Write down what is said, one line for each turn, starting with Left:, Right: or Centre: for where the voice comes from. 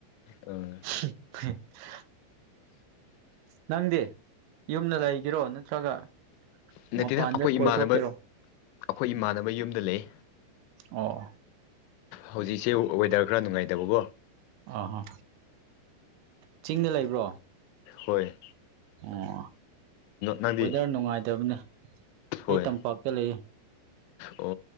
Left: ꯍꯝ
Right: <inaudible> ꯅꯪꯗꯤ ꯌꯨꯝꯗ ꯂꯩꯒꯔꯣ ꯅꯠꯇ꯭ꯔꯒ
Left: ꯅꯠꯇꯦꯗ
Right: ꯃꯄꯥꯟꯗ
Left: ꯑꯩꯈꯣꯏ
Right: ꯀꯣꯏꯊꯣꯛꯇꯦꯔꯣ
Left: ꯏꯃꯥꯟꯅꯕ ꯑꯩꯈꯣꯏ ꯏꯃꯥꯟꯅꯕ ꯌꯨꯝꯗ ꯂꯩ
Right: ꯑꯣ
Left: ꯍꯧꯖꯤꯛꯁꯦ ꯋꯦꯗꯔ ꯈꯔ ꯅꯨꯡꯉꯥꯏꯇꯕꯀꯣ
Right: ꯑꯍꯥ ꯆꯤꯡꯗ ꯂꯩꯕ꯭ꯔꯣ
Left: ꯍꯣꯏ
Right: ꯑꯣ
Left: ꯅꯪꯗꯤ
Right: ꯋꯦꯗꯔ ꯅꯨꯡꯉꯥꯏꯇꯕꯅꯤ
Left: ꯍꯣꯏ
Right: ꯑꯩ ꯇꯝꯄꯥꯛꯇ ꯂꯩ
Left: ꯑꯣ